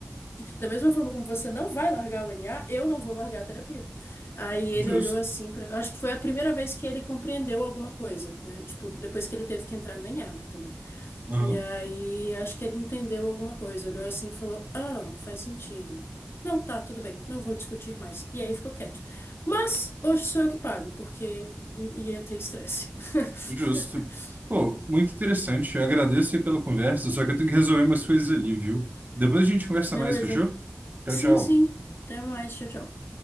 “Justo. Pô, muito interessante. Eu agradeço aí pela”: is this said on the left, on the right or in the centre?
Right